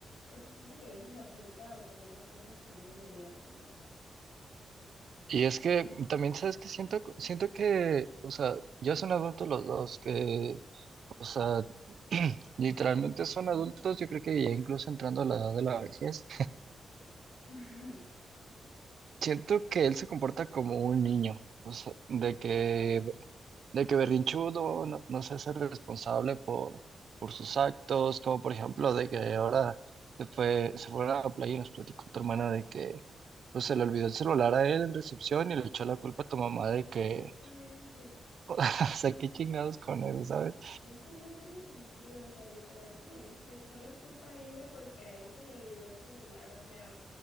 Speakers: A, on the left (about 85°); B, on the right (about 70°).
A: porque siento que a veces acepta o tolera cosas que no debería de tolerar.
B: y es que también, ¿sabes que Siento, siento que, o sea, ya son adultos los dos, que, o sea, <clears throat> literalmente son adultos, yo creo que ya incluso entrando a la edad de la vejez,
A: <laughs>
B: Siento que él se comporta como un niño, o sea, de que,
A: Pero
B: de que berrinchudo, no, no se hace responsable por, por sus actos, como por ejemplo de que ahora se fue, se fueron a la playa y nos platicó tu hermana de que pues, se le olvidó el celular a él en recepción y le echó la culpa a tu mamá de que,
A: Exactamente.
B: <laughs> o sea, qué chingados con eso, ¿sabes?
A: Eso no tiene sentido, o sea, literal, como dice, le echó la culpa a ella porque a él se le olvidó el celular, o sea,